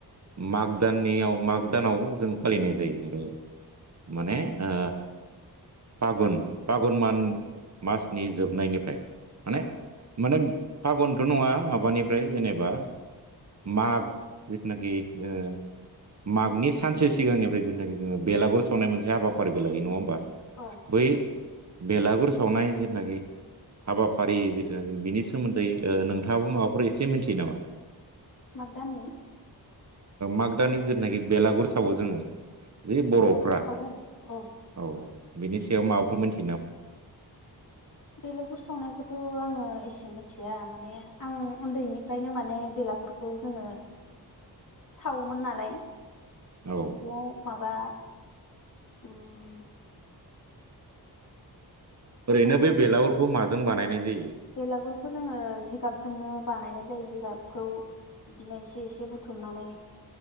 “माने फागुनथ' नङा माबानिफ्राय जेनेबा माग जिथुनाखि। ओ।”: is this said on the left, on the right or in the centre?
Right